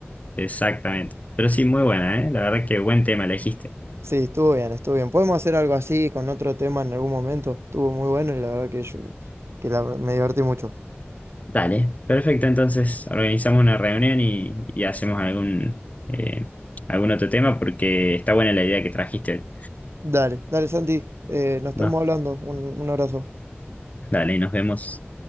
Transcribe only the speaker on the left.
Exactamente. Pero sí, muy buena, ¿eh? La verdad que buen tema elegiste.
Dale. Perfecto, entonces organizamos una reunión y, y hacemos algún, eh, algún otro tema porque está buena la idea que trajiste.
No,
dale, nos vemos.